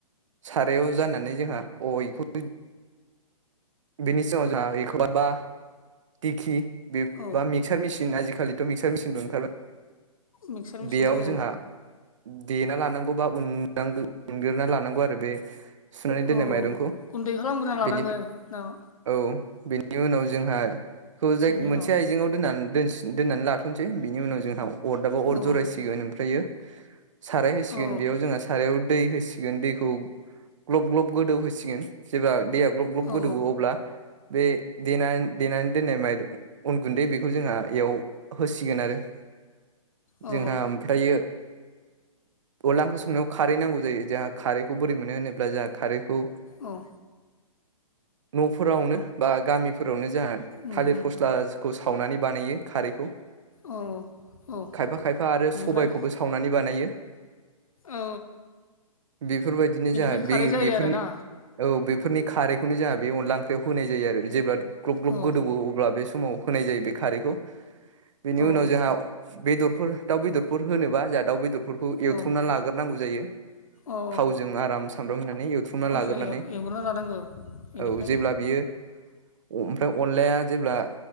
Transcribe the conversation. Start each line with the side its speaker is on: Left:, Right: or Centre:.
Right: सारायाव जाननानै जोंहा अ इखौ बेनि सिगाव जोंहा एखौबा बा टिकि बे
Left: औ
Right: बा मिक्सार मिचिन आजिखालिथ' मिक्सार मिचिनबो ओंखारबाय
Left: मिक्सार मेसिन
Right: बेयाव
Left: औ
Right: जोंहा देना लानांगौ बा उननांगो उनगोरना लानांगौ आरो बे सुनानै दोननाय
Left: औ
Right: माइरंखौ
Left: गुन्दै खालामग्रोना लानांगो
Right: बेनिफ्राय
Left: नामा
Right: औ बेनि उनाव जोंहा खौ जाय
Left: बेनि
Right: मोनसे
Left: उनाव
Right: आइजेंआव दोनना दोनस दोननानै लाग्रोनोसै बिनि उनाव जोंहा अरदाबाव अर
Left: औ
Right: जरायसिगोन ओमफ्रायो साराय होसिगोन
Left: औ
Right: बेयाव जोङा सारायाव दै होसिगोन दैखौ ग्ल'ब ग्ल'ब गोदौ होसिगोन जेब्ला दैया ग्ल'ब ग्ल'ब
Left: औ
Right: गोदौओ अब्ला बे देनानै देनानै दोननाय माइ अन गुन्दै बेखौ जोंहा इयाव होसिगोन आरो
Left: औ
Right: जोंहा ओमफ्रायो अला ओंख्रि संनायाव खारै नांगौ जायो जोहा खारैखौ बोरै मोनो होनोब्ला जोहा खारैखौ
Left: औ औ
Right: न'फोरावनो बा गामिफोर फोरावनो जाहा
Left: उम
Right: थालिर
Left: उम
Right: फस्लाखौ सावनानै बानायो खारैखौ
Left: औ औ
Right: खायफा खायफा आरो
Left: बेनिफ्राय
Right: सबायखौबो सावनानै बानायो
Left: औ
Right: बिफोरबायदिनो
Left: बेनिफ्राय
Right: जोहा
Left: खारै
Right: बे
Left: जायो
Right: बेफोरनि
Left: आरोना
Right: औ बेफोरनि खारैखौनो जोंहा बे अनला ओंख्रियाव होनाय जायो आरो जेब्ला ग्ल'ब ग्ल'ब
Left: औ
Right: गोदौवो अब्ला बे समाव होनाय जायो बे खारैखौ बेनि उनाव
Left: औ
Right: जाहा बेदरफोर दाउ बेदरफोर होनोबा जाहा दाउ बेदरफोरखौ एवथ्र'मना
Left: औ
Right: लाग्रोनांगौ जायो
Left: औ
Right: थावजों आराम सामब्राम होनानै एवथ्रुमना
Left: थावजों
Right: लाग्रोनानै
Left: एवग्रोना लानांगौ बेनिफ्राय
Right: औ जेब्ला बियो अ ओमफ्राय अनलाया जेब्ला